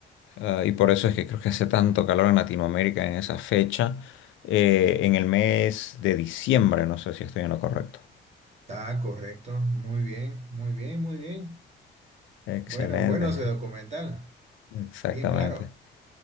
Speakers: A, on the left (about 75°); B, on the right (about 35°).
A: ah, y por eso es que creo que hace tanto calor en Latinoamérica en esa fecha, eh, en el mes de diciembre, no sé si estoy en lo correcto.
B: Está correcto, muy bien, muy bien, muy bien.
A: Excelente,
B: Bueno, bueno ese documental,
A: exactamente.
B: bien claro.